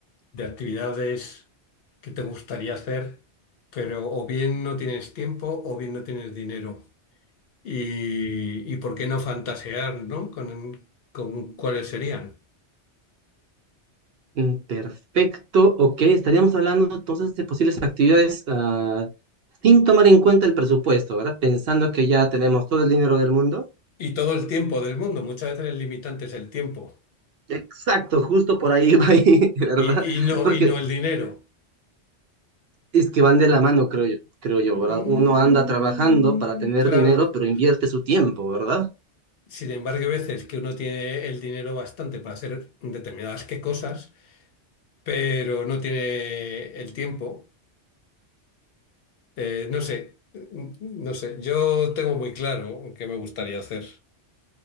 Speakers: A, on the left (about 65°); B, on the right (about 65°).
A: de actividades que te gustaría hacer, pero o bien no tienes tiempo o bien no tienes dinero. Y, y por qué no fantasear, ¿no? Con, con cuáles serían.
B: Mm, Perfecto, ok. Estaríamos hablando entonces de posibles actividades ah, sin tomar en cuenta el presupuesto, ¿verdad? Pensando que ya tenemos todo el dinero del mundo.
A: Y todo el tiempo del mundo, muchas veces el limitante es el tiempo
B: Exacto, justo por ahí va, <laughs> ahí, ¿verdad?
A: y, y no,
B: Porque
A: y no el dinero.
B: es que van de la mano, creo yo, creo yo,
A: Mm,
B: ¿verdad? Uno anda trabajando para tener
A: claro.
B: dinero, pero invierte su tiempo, ¿verdad?
A: Sin embargo, hay veces que uno tiene el dinero bastante para hacer determinadas qué cosas, pero no tiene el tiempo. Eh, no sé, mm, no sé. Yo tengo muy claro qué me gustaría hacer.